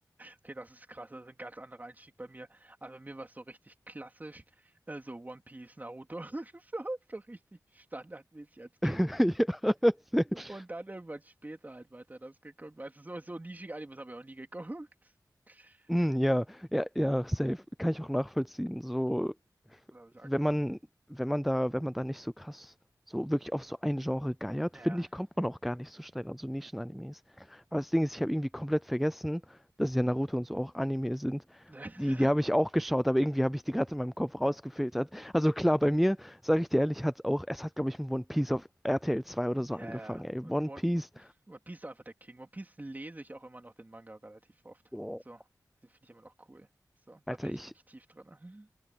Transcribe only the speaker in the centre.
<laughs> Ja, safe.
Mm, Ja,
ja, ja, safe. Kann ich auch nachvollziehen. So,
wenn man, wenn man da, wenn man da nicht so krass so wirklich auf so ein Genre geiert,
finde ich, kommt man auch gar nicht so schnell an so Nischen-Animes. Aber das Ding ist, ich habe irgendwie komplett vergessen, dass ja Naruto und so auch Anime sind.
Die, die habe ich auch geschaut, aber irgendwie habe ich die gerade in meinem Kopf rausgefiltert. Also klar, bei mir, sage ich dir ehrlich, hat auch, es hat, glaube ich, mit One Piece auf RTL 2 oder
so angefangen,
ey.
One
Piece.
Boah,
Alter,
ich,